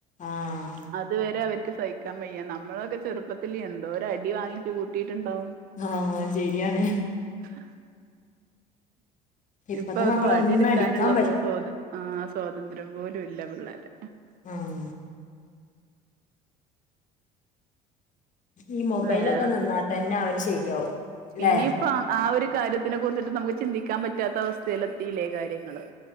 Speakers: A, on the left (about 35°); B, on the right (about 45°).
A: ആഹ്
B: അതുവരെ അവർക്ക് സഹിക്കാൻ വയ്യ നമ്മളൊക്കെ ചെറുപ്പത്തിൽ എന്തോര അടി വാങ്ങിച്ചു കൂട്ടിയിട്ടുണ്ടാവും
A: ആഹ് ശരിയാണ്
B: ഉം <unintelligible>
A: ഇപ്പത്തെ
B: ഇപ്പൊ ഒന്ന്
A: മക്കളെ
B: വടി
A: ഒന്നും
B: എടുക്കാനുള്ള
A: അടിക്കാൻ പറ്റ
B: പോ സോത് ആഹ് സ്വാതന്ത്ര്യം പോലും ഇല്ല പിള്ളേരെ
A: ഉം ഈ മൊബൈലൊക്കെ
B: വേറെ
A: നിന്നാ തന്നെ അവര് ശരിയാവും ല്ലേ
B: ഇനിയിപ്പോ അഹ് ആ ഒരു കാര്യത്തിനെ കുറിച്ചിട്ട് നമുക്ക് ചിന്തിക്കാൻ പറ്റാത്ത അവസ്ഥയിൽ എത്തില്ലേ കാര്യങ് ങ്ങള്